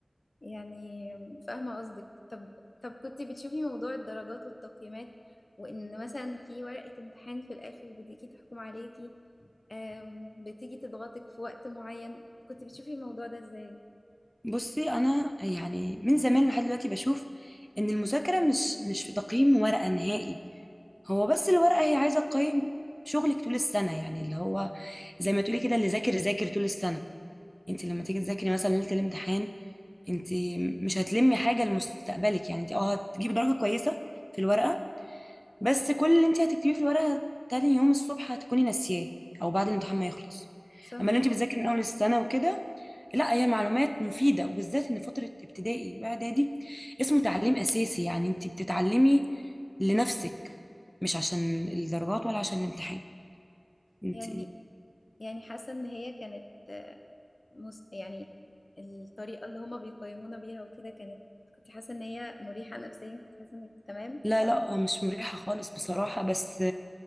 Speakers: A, on the left; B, in the centre.
A: يعني فاهمة قصدك طب طب كنت بتشوفي موضوع الدرجات والتقييمات وان مثلا في ورقة امتحان في الآخر بتيجي تحكم عليكي أم، بتيجي تضغطك في وقت معين كنت بتشوفي الموضوع ده ازاي
B: بصي انا يعني من زمان لحد دلوقتي بشوف ان المذاكره مش مش في تقييم ورقه نهائي هو بس الورقه هي عايزه تقيم شغلك طول السنه يعني اللي هو زي ما تقولي كده اللي ذاكر ذاكر طول السنه انت لما تيجي تذاكري مثلا ليله الامتحان انت مش هتلمي حاجه لمستقبلك يعني انت اه هتجيبي درجه كويسه في الورقه بس كل اللي انت هتكتبيه في الورقه تاني يوم الصبح هتكوني ناسياه او بعد الامتحان ما يخلص
A: صح
B: اما لو انت بتذاكري من اول السنه وكده لا هي معلومات مفيده وبالذات ان فتره ابتدائي واعدادي اسمه تعليم اساسي يعني انت بتتعلمي لنفسك مش عشان الدرجات ولا عشان الامتحان انت
A: يعني يعني حاسة ان هي كانت آه، مس... يعني الطريقة اللي هما بيقيمونا بيها وكده كانت كنت حاسة ان هي مريحة نفسيا كنت حاسة انك تمام
B: لا لا مش مريحه خالص بصراحه بس